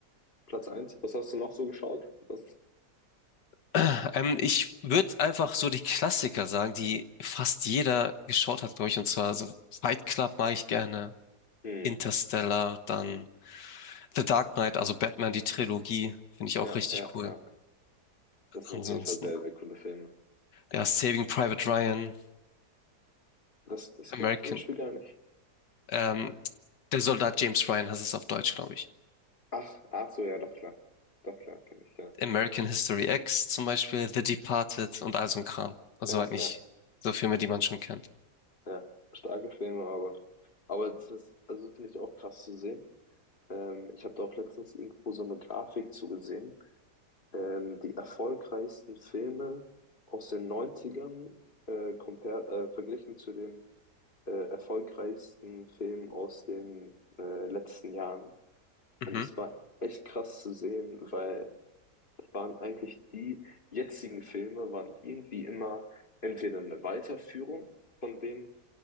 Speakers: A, on the left; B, on the left.
A: Platz eins was hast du noch so geschaut? Was?
B: <clears throat> Ähm, ich würde einfach so die Klassiker sagen, die fast jeder geschaut hat, glaube ich. Und zwar so Fight Club mag ich gerne,
A: Hm.
B: Interstellar, dann The Dark Knight, also Batman, die Trilogie, finde ich
A: Ja,
B: auch richtig
A: ja,
B: cool.
A: ja. Das sind
B: Ansonsten,
A: auf jeden Fall sehr, sehr coole Filme.
B: ja, Saving Private Ryan,
A: Das, das
B: American,
A: kenne ich zum Beispiel gar nicht.
B: ähm, der Soldat James Ryan heißt es auf Deutsch, glaube ich.
A: Ach, ach so, ja, doch klar. Doch klar, kenne ich, ja.
B: American History X zum Beispiel, The Departed und all so ein Kram. Also
A: Ja,
B: eigentlich
A: ja,
B: so Filme, die man schon kennt.
A: ja. Starke Filme, aber, aber das ist, also finde ich auch krass zu sehen. Ähm, ich habe da auch letztens irgendwo so eine Grafik zugesehen. Ähm, die erfolgreichsten Filme aus den Neunzigern äh, compare, äh, verglichen zu den äh, erfolgreichsten Filmen aus den äh, letzten Jahren.
B: Mhm.
A: Und das war echt krass zu sehen, weil waren eigentlich die jetzigen Filme, waren irgendwie immer entweder eine Weiterführung von den